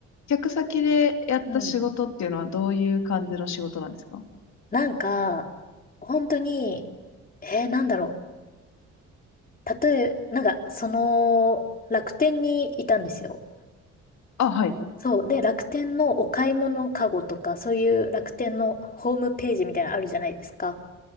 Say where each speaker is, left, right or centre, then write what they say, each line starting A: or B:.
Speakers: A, on the left; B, on the left.
A: 客先でやった仕事っていうのはどういう感じの仕事なんですか
B: うん。なんか、本当に、えー、なんだろう。例え、なんか、その、楽天にいたんですよ。
A: あ、はい、
B: そう。で、楽天のお買い物カゴとか、そういう楽天のホームページみたいなのあるじゃないですか。